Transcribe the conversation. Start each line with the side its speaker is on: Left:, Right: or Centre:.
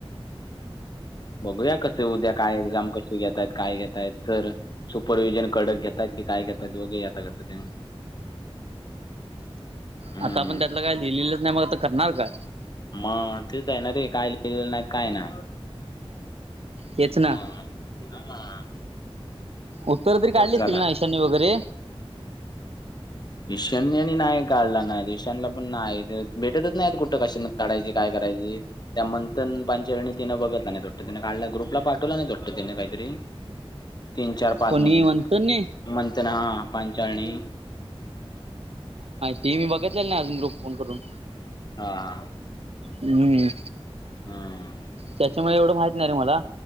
Left: बघूया कस उद्या काय एक्झाम कशी घेतयत काय घेतयत सर. सुपरव्हिजन कडक घेतात की काय घेतात बघूया आता कसं ते. हम्म
Right: आता आपण त्यातलं काय लिहिलेलंच नाही मगता करणार काय?
Left: मग तेच आहे ना रे, काय लिहलं नाहीत काय नाही.
Right: तेच ना
Left: म? हा.
Right: उत्तर तरी काढली
Left: तेच झाला
Right: असतील ना ईशान ने वगैरे?
Left: ईशनने नाही काढला नाही, ईशनला पण नाही, भेटतच नाही कुठं कशाना काढयची काय करायची. त्या मंथन पांचरणीतिनं बघितला नाहीत वाटतं? त्यानं काढला ग्रुपला पाठवला नाही वाटतं त्यानं काहीतरी. तीन, चार, पाच
Right: कोणी
Left: म्हणून
Right: म्हणत नाही
Left: मंंतन हा पांचाळणी.
Right: ती मी बघितलेला नाही अजून ग्रुप फोन करून.
Left: हा.
Right: हम्म,
Left: हम्म
Right: त्याच्यामुळे एवढं माहित नाही रे मला.